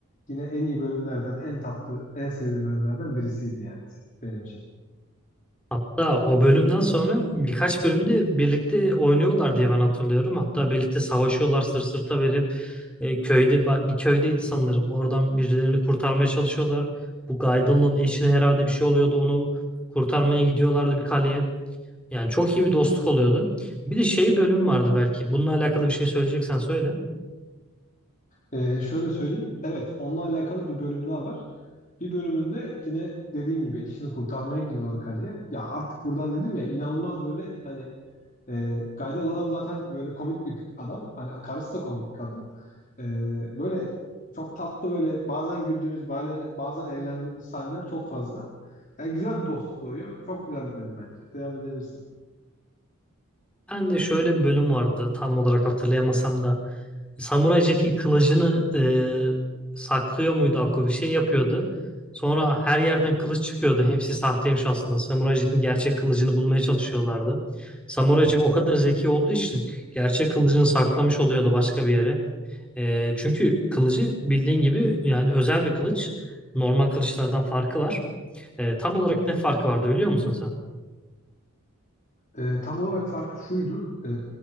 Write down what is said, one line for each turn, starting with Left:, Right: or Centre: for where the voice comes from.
Left: yine en iyi bölümlerden, en tatlı, en sevdiğim bölümlerden birisiydi yani benim için.
Centre: Hatta o bölümden sonra birkaç bölümde birlikte oynuyorlar diye ben hatırlıyorum. Hatta birlikte savaşıyorlar sırt sırta verip e, köyde ba- bir köydeydi sanırım. Oradan birilerini kurtarmaya çalışıyorlar. Bu Gaidon'un eşine herhalde bir şey oluyordu. Onu kurtarmaya gidiyorlardı bir kaleye. Yani çok iyi bir dostluk oluyordu. Bir de şey bölüm vardı belki. Bununla alakalı bir şey söyleyeceksen söyle.
Left: E, şöyle söyleyeyim. Evet, onunla alakalı bir bölüm daha var. Bir bölümünde yine dediğin gibi eşini kurtarmaya gidiyorlar kaleye. Ya artık buradan dedim ya inanılmaz böyle hani E, Gaydel adam zaten böyle komik bir adam. Hani karısı da komik bir kadın. E, böyle çok tatlı böyle bazen güldüğümüz bazen, bazen eğlendiğimiz sahneler çok fazla. Yani güzel bir dostluk doğuyor. Çok güzel bir bölüm bence. Devam edebilirsin.
Centre: Ben de şöyle bir bölüm vardı tam olarak hatırlayamasam da Samuray Jack'in kılıcını e, saklıyor muydu Akko bir şey yapıyordu. Sonra her yerden kılıç çıkıyordu. Hepsi sahteymiş aslında. Samuray Jack'in gerçek kılıcını bulmaya çalışıyorlardı. Samuray Jack o kadar zeki olduğu için gerçek kılıcını saklamış oluyordu başka bir yere. E, çünkü kılıcı bildiğin gibi yani özel bir kılıç. Normal kılıçlardan farkı var. E, tam olarak ne farkı vardı biliyor musun sen?
Left: E, tam olarak farkı şuydu. E,